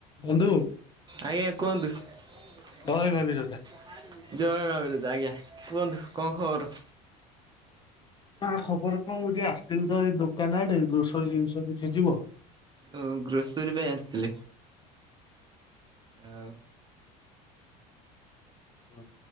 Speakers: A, on the left; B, on the right.
A: ବନ୍ଧୁ
B: ଆଜ୍ଞା କୁହନ୍ତୁ। <unintelligible>
A: ଜୟ ମା ବିରଜା।
B: କୁହନ୍ତୁ କଣ ଖବର?
A: ହ ଖବର କଣ ମୁଁ ଟିକେ ଆସିଥିଲି, ତ ଏଇ ଦୋକାନ ଆଡେ ଗ୍ରୋସରୀ ଜିନିଷ କିଛି ଯିବ।
B: ଓ ଗ୍ରୋସରୀ ପାଇଁ ଆସିଥିଲେ? ଆଉ
A: ହ